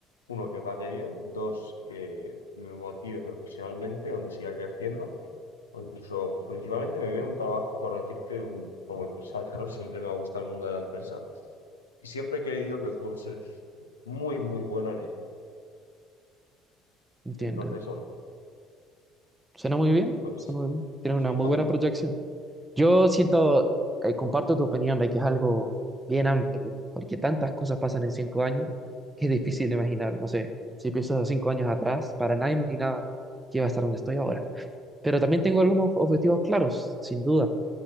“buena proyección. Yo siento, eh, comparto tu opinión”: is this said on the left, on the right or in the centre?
Right